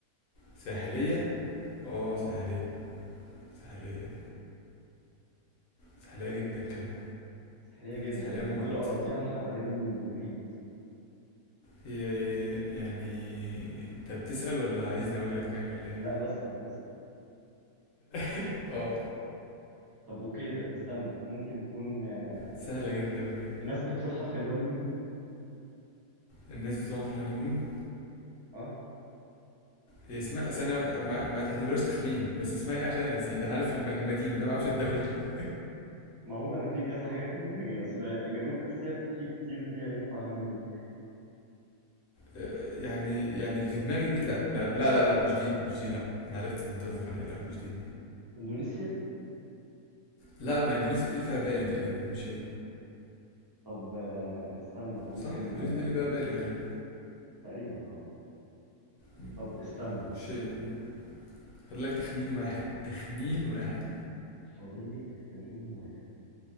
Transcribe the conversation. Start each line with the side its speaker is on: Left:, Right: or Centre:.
Left: ساحلية اه ساحلية
Right: اه
Left: ساحلية سحلية جدا كمان
Right: ساحلية جدا
Left: سحلية
Right: يعني
Left: موت
Right: كل أراضيها حوالين المحيط
Left: هي يعني انت بتسأل ولا عايزني اقول لك يعني ولا ايه
Right: لا بسأل بسأل
Left: <laughs> اه
Right: طب أوكي ده استنى ممكن تكون آه،
Left: سهلة جدا بجد
Right: الناس بتروحها في الهونيمون
Left: الناس بتروح في الهانيمون
Right: اه
Left: هي اسمها ثانية واحدة ما, ما تعتبرهاش تخمين بس اسمها ايه عشان انا نسيت انا عارف الم... المدينة انا ما اعرفش الدولة <laughs>
Right: ما هو انا في كذا حاجه في دماغي اصل جنوب اسيا في كتير فيها ينفع هونيمون
Left: آه، يعني يعني اللي في دماغي دي لا لا لا لا, لا مش دي مش دي لا انا عرفت اللي انت قصدك عليه لا مش دي
Right: اندونيسيا
Left: لا ما اندونيسيا دي اللي فيها بالي تقريبا مش هي
Right: طب آه، استنى ممكن
Left: صح اندونيسيا
Right: آه،
Left: دي اللي فيها بالي غالبا
Right: تقريبا اه
Left: مم.
Right: طب استنى
Left: مش هي يعني. فاضل لك تخمين واحد تخمين واحد
Right: فاضل لي تخمين واحد